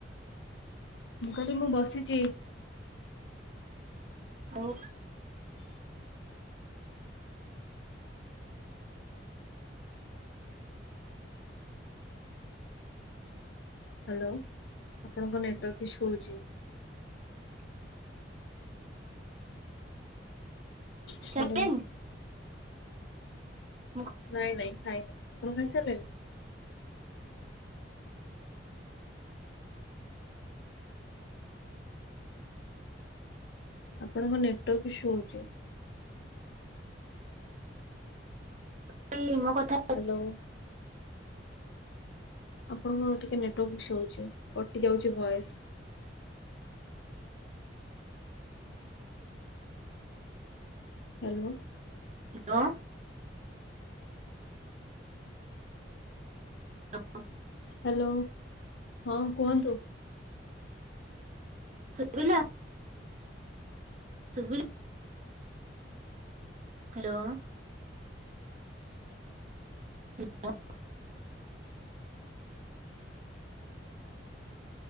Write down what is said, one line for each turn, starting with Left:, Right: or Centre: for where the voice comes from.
Left: ମୁଁ କଇଲି ମୁଁ ବସିଚି।
Right: ଆଉ
Left: ହାଲୋ ଆପଣଙ୍କ ନେଟୱର୍କ ଇସୁ ହଉଚି। ହାଲୋ।
Right: ଖାଇସାରିଲେଣି ମୁଁ କ
Left: ନାଇଁ ନାଇଁ ଖାଇନି ଆପଣ ଖାଇସାରିଲେଣି? ଆପଣଙ୍କ ନେଟୱର୍କ ଇସୁ ହଉଚି।
Right: <unintelligible> ମୋ କଥା
Left: ହାଲୋ। ଆପଣଙ୍କର ଟିକେ ନେଟୱାର୍କ ଇସ୍ୟୁ ହଉଚି କଟି ଯାଉଛି ଭଏସ୍। ହାଲୋ।
Right: ହାଲୋ। ହ।
Left: ହାଲୋ ହଁ କୁହନ୍ତୁ।
Right: ସୁବିଲା ସୁବି ହାଲୋ। <unintelligible>